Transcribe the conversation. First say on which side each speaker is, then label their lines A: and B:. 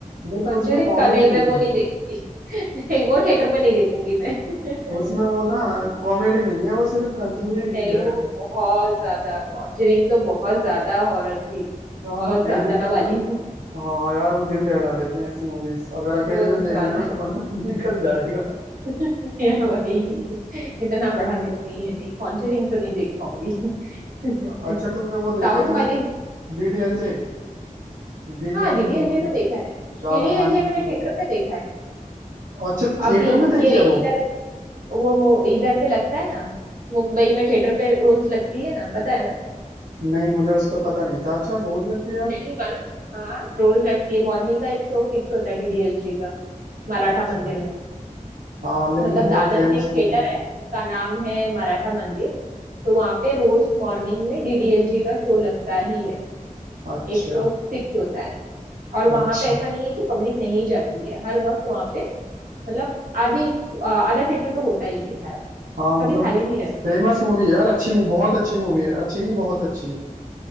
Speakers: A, on the right; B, on the right.
A: लेकिन
B: कॉन्जरिंग
A: उसमें कॉमेडी
B: का नहीं मैं
A: नहीं
B: वो
A: है
B: नहीं देखूंगी <laughs> नहीं वो थिएटर में नहीं देखूंगी मैं <laughs>
A: उसमें वो ना कॉमेडी नहीं है वो सिर्फ कंजूरिंग ही
B: नहीं
A: है
B: वो बहुत ज्यादा कॉन्जरिंग तो बहुत ज्यादा हॉरर थी बहुत
A: कई
B: ज्यादा
A: दिन तक
B: वाली
A: तो
B: <laughs>
A: हाँ यार वो दिल दहला देती हैं ऐसी मूवीज अगर अकेले
B: वो
A: में देख
B: ज्यादा
A: लेना तो बंदा <laughs> निकल जाएगा
B: <laughs> है वही इतना बड़ा दिल नहीं है नहीं कॉन्जरिंग तो नहीं देख पाऊंगी <laughs>
A: अच्छा तुमने वो देखी
B: साउथ
A: है D
B: वाली
A: D D D L जे डीडीएलजे
B: हाँ डीडीएलजे
A: मूवी
B: तो देखा है
A: शाहरुख
B: डीडीएलजे
A: खान की
B: मैंने
A: मूवी
B: थिएटर
A: है
B: में देखा है
A: अच्छा
B: अभी
A: थिएटर में देखी
B: ये
A: है वो
B: इधर वो मु- इधर पे लगता है ना मुंबई में थिएटर पे रोज लगती है ना पता है ना
A: नहीं मुझे उसका पता नहीं था अच्छा रोज लगती है यार
B: नहीं मालूम हाँ रोज लगती है मॉर्निंग का एक शो फिक्स होता है डीडीएलजे का मराठा
A: अच्छा
B: मंदिर में
A: हाँ लेकिन
B: मतलब
A: बहुत
B: दादर
A: फेमस
B: में एक
A: मूवी
B: थिएटर
A: है
B: है उसका नाम है मराठा मंदिर तो वहाँ पे रोज मॉर्निंग में डीडीएलजे का शो लगता ही है
A: अच्छा
B: एक शो फिक्स होता है और
A: अच्छी
B: वहाँ पे ऐसा नहीं है कि पब्लिक नहीं जाती है हर वक्त वहाँ पे मतलब आधी आ, आधा थिएटर तो होता ही है भरा
A: हाँ मतलब
B: कभी खाली नहीं रहता
A: फेमस मूवी है यार अच्छी मू- बहुत अच्छी मूवी है अच्छी नहीं बहुत अच्छी